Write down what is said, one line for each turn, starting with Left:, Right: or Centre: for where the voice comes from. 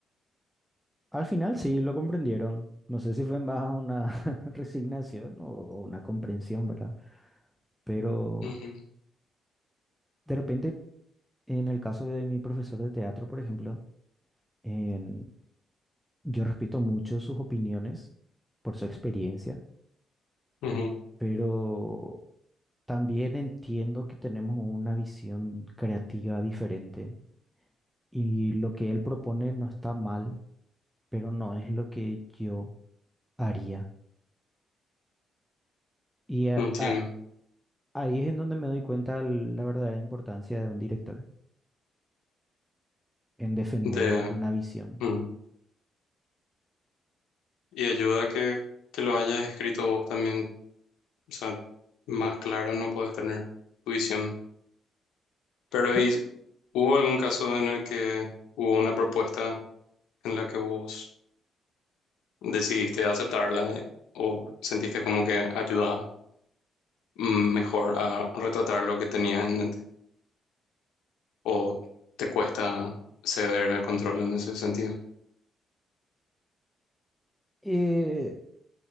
Centre: al final sí lo comprendieron. No sé si fue más una <laughs> resignación o o una comprensión, ¿verdad? Pero
Left: Ujú,
Centre: de repente, en el caso de mi profesor de teatro, por ejemplo, Em, yo respeto mucho sus opiniones por su experiencia,
Left: ujú.
Centre: pero también entiendo que tenemos una visión creativa diferente y lo que él propone no está mal, pero no es lo que yo haría. Y a-
Left: Entiendo.
Centre: a- ahí es en donde me doy cuenta la verdadera importancia de un director en defender
Left: De,
Centre: una visión.
Left: mm. Y ayuda que, que lo hayas escrito vos también. O sea, más claro no podés tener tu visión. Pero
Centre: Cla-
Left: ¿y hubo algún caso en el que hubo una propuesta en la que vos decidiste aceptarla eh, o sentiste como que ayudaba? mm, mejor a retratar lo que tenías en mente? ¿O te cuesta ceder el control en ese sentido?
Centre: eh,